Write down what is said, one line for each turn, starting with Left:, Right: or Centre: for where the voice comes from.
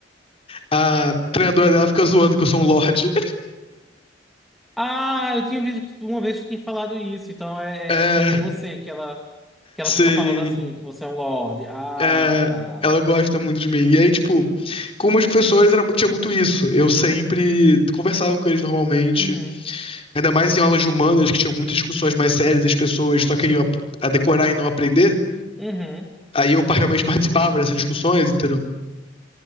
Left: A treinadora dela fica zoando que eu sou um lorde.
Centre: Ah, eu tinha visto que tu- uma vez tu tinha falado isso, então é,
Left: É,
Centre: é- seria você que ela, que
Left: sim.
Centre: ela fica falando assim, que você é um lorde. Ah,
Left: É,
Centre: tá.
Left: ela gosta muito de mim. E aí, tipo, com umas pessoas era, mu- tinha muito isso. Eu sempre conversava com eles normalmente,
Centre: Uhum,
Left: ainda mais em aulas de humanas, que tinham muitas discussões mais sérias, as pessoas só queriam ap- a decorar e não aprender.
Centre: uhum.
Left: Aí eu pa- realmente participava dessas discussões, entendeu?